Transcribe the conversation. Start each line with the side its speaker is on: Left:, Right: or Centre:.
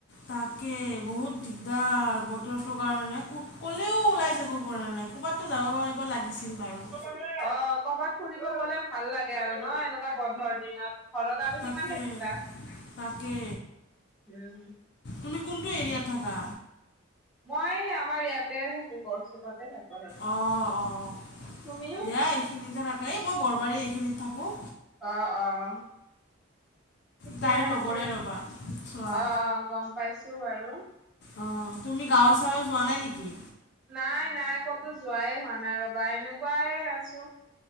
Left: তাকে, বহুত দিগদাৰ ব ৰটোৰ কাৰণে, ক'ত ক'লেও ওলাই যাব পৰা নাই, ক'ৰবাতো যাব পাৰিব লাগিছিল বাৰু।
Centre: অ', কৰবাত ফুৰিব গলে ভাল লাগে আৰু নহ, এনেকুৱা বন্ধৰ দিনত। ঘৰত আৰু
Left: তাকে
Centre: কিমান থাকিবা,
Left: তাকে
Centre: উম।
Left: তুমি কোনটো এৰিয়াত থাকা?
Centre: মই আমাৰ ইয়াতে থাকো, গড়চুকতে থাকো। ৰব
Left: অ', অ',
Centre: তুমি
Left: দিয়া এইখিনিতে থাকেই, এ মই বৰবাৰী এইখিনিত থাকোঁ।
Centre: অ', অ'। ঠিকে
Left: তাইৰ
Centre: আছে,
Left: লগৰে ৰ'বা চোৱা
Centre: অ', অ', গম পাইছো বাৰু।
Left: অ', তুমি গাঁৱৰ ছাৱে যোৱা নাই নেকি?
Centre: নাই নাই ক'তো যোৱাই হোৱা নাই ৰবা, এনেকুৱাই আছো।